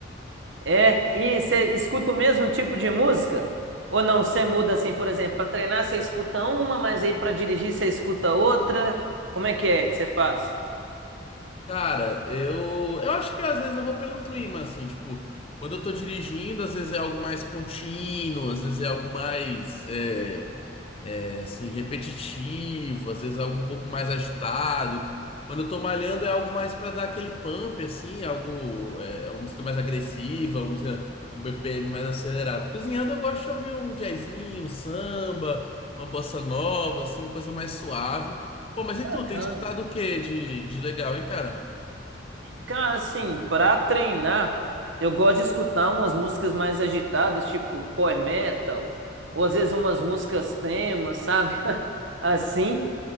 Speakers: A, on the right; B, on the left.
A: é? E você escuta o mesmo tipo de música? Ou não, você muda assim, por exemplo, pra treinar você escuta uma, mas aí pra dirigir você escuta outra? Como é que é que você faz?
B: Cara, eu, eu acho que às vezes eu vou pelo clima, assim, tipo, quando eu tô dirigindo, às vezes é algo mais contínuo, às vezes é algo mais. é, é, assim, repetitivo, às vezes algo um pouco mais agitado. Quando eu tô malhando é algo mais para dar aquele pump, assim, algo, é é uma música mais agressiva, uma música, um BPM mais acelerado. Cozinhando eu gosto de ouvir um jazzinho, um samba, uma bossa nova, assim, uma coisa mais suave. Pô, mas
A: Bacana.
B: e tu, tem escutado o que de, de legal, hein, cara?
A: Cara, assim, pra treinar, eu gosto de escutar umas músicas mais agitadas, tipo power metal, ou às vezes umas músicas temas, sabe? <laughs> Assim.